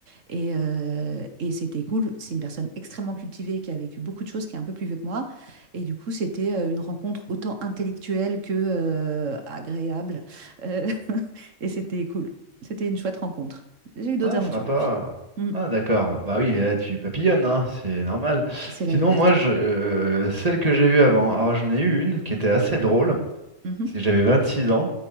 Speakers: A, on the right; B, on the right.
A: Et, euh, et c'était cool. C'est une personne extrêmement cultivée qui a vécu beaucoup de choses, qui est un peu plus vieux que moi. Et du coup, c'était euh, une rencontre autant intellectuelle que euh, agréable. Euh, <laughs> et c'était cool. C'était une chouette rencontre. J'ai eu d'autres
B: Ah
A: aventures
B: sympa.
A: depuis. Mm.
B: Ah d'accord. Bah oui, là tu papillonnes, hein, c'est normal.
A: C'est la
B: Sinon
A: liberté.
B: moi je euh, celle que j'ai eue avant, alors j'en ai eu une qui était assez drôle.
A: Mhm.
B: C'est que j'avais 26 ans